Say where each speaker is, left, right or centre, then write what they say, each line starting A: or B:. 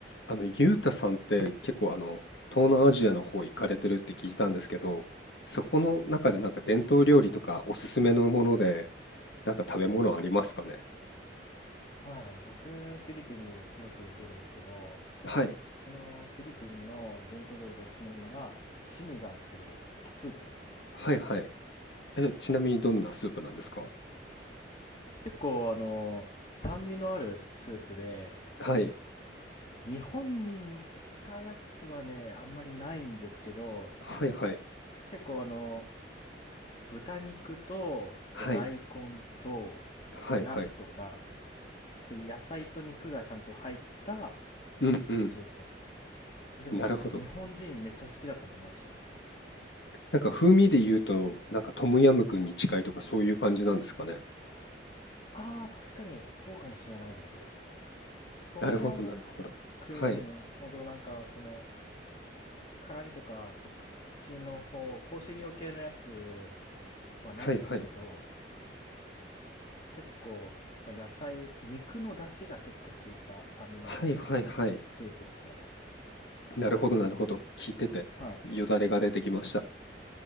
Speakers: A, on the left; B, on the left.
A: あの、ゆうたさんって結構あの、東南アジアの方行かれてるって聞いたんですけど、そこの中でなんか伝統料理とかおすすめのもので、なんか食べ物ありますかね
B: はい、僕、フィリピンによく行くんですけど、
A: はい、
B: そのフィリピンの伝統料理でおすすめなのが、シニガンっていうスープですね。
A: はいはい。え、ちなみにどんなスープなんですか
B: 結構、あの、酸味のあるスープで、
A: はい、
B: 日本に似たやつはね、あんまりないんですけど、
A: はいはい、
B: 結構あの、豚肉と、
A: はい、
B: と大根と、
A: はいはい。
B: とナスとか、そういう野菜と肉がちゃんと入った
A: うんうん、
B: スープ。でも、
A: なるほど。
B: 日本人めっちゃ好きだと思いますよ。
A: なんか風味で言うと、なんかトムヤムクンに近いとかそういう感じなんですかね
B: ああ、確かにそうかもしれないです。トムヤム
A: なるほど、なるほど。
B: くんほどなんかその
A: はい、
B: 辛味とかそっちの方、香辛料系のやつはないんですけど、
A: はいはい。
B: 結構、まあ、野菜、肉の出汁が結構効いた酸味のある
A: はいはいはい。
B: スープですね。
A: なるほどなるほど。聞いてて、
B: はい。
A: よだれが出てきました。